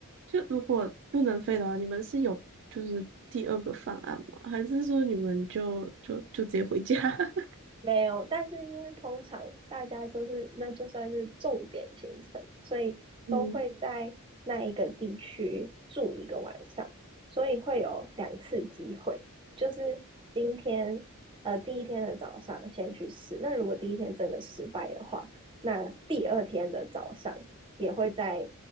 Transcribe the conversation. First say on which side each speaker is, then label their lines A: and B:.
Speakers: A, on the right; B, on the right.
A: 就如果不能飞的话，你们是有就是第二个方案吗？还是说你们就就就直接回家？<laughs>
B: 没有，但是因为通常大家就是那就算是重点行程，所以都会在那一个地区住一个晚上，
A: 嗯，
B: 所以会有两次机会，就是今天呃第一天的早上先去试，那如果第一天真的失败的话，那第二天的早上也会再